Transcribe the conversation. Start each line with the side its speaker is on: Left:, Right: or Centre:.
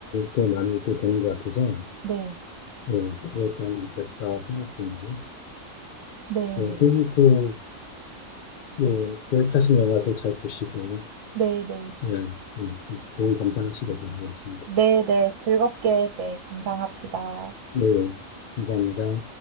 Left: 또 많이 또 보는 것 같아서,
Right: 네.
Left: 예, 그것도 한번 볼까 생각 중이고요.
Right: 네,
Left: 뭐,
Right: 네.
Left: 그리고 또 네, 계획하신 영화도 잘 보시고,
Right: 네, 네.
Left: 예, 예, 예, 좋은 감상하시길 바라겠습니다.
Right: 네, 네. 즐겁게 네, 감상합시다.
Left: 예, 감사합니다.